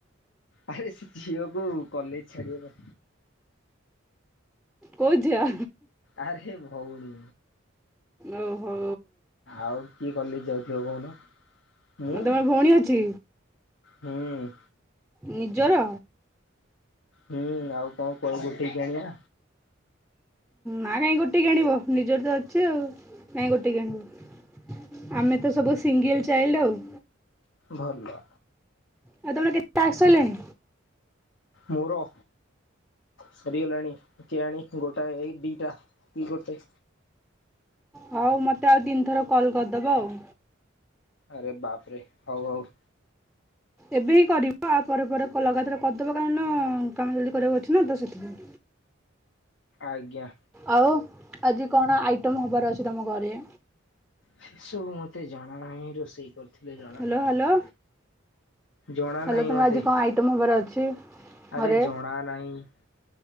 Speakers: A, on the left (about 65°); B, in the centre.
A: ଆରେ ସେ ଝିଅକୁ କଲେଜ୍ ଛାଡିବାର
B: କୋଉ ଝିଅ?
A: ଆରେ ଭଉଣୀ।
B: ଓ ହୋ।
A: ଆଉ କିଏ କଲେଜ ଯାଉଥିବ କହୁନ ମୁଁ?
B: ତମର ଭଉଣୀ ଅଛି
A: ହୁଁ।
B: ନିଜର?
A: ହୁଁ ଆଉ କଣ କୁଆଡୁ ଗୋଟେଇକି ଆଣିବା?
B: ନା କାଇଁ ଗୋଟେଇକି ଆଣିବ ନିଜର ତ ଅଛି ଆଉ କାଇଁ ଗୋଟେଇକିକଆଣିବ? ଆମେ ତ ସବୁ ସିଙ୍ଗଲ୍ ଚାଇଲ୍ଡ ଆଉ।
A: ଭଲ।
B: ଆଉ ତମର କେତେ ଟାକ୍ସ ସଇଲାଣି?
A: ମୋର? ସରିଗଲାଣି, କିଏ ଆଣି ଗୋଟାଏ, ଏଇ ଦିଟା, କି ଗୋଟେ?
B: ହଉ, ମତେ ଆଉ ତିିନି ଥର କଲ୍ କରିଦବ ଆଉ।
A: ଆରେ ବାପ୍ ରେ! ହଉ ହଉ।
B: ଏବେ ହିଁ କରିବ। ଆ ପରେ ପରେ କ ଲଗାତାର କରିଦବ କାରଣ, କାମ ଯଲ୍ଦି କରିବାକୁ ଅଛି ନା ତ ସେଥିପାଇଁ।
A: ଆଜ୍ଞା।
B: ଆଉ, ଆଜି କଣ ଆଇଟମ୍ ହବାର ଅଛି ତମ ଘରେ?
A: ସେ ସବୁ ମତେ ଜଣା ନାହିିଁ। ରୋଷେଇ କରୁ ଥିଲେ ଜଣାଥାନ୍ତା,
B: ହ୍ୟାଲୋ ହ୍ୟାଲୋ।
A: ଜଣା
B: ହ୍ୟାଲୋ
A: ନାହିଁ
B: ତମର
A: ମତେ।
B: ଆଜି କଣ ଆଇଟମ୍ ହବାର ଅଛି।
A: ଆରେ
B: ଘରେ?
A: ଜଣା ନାଇଁ।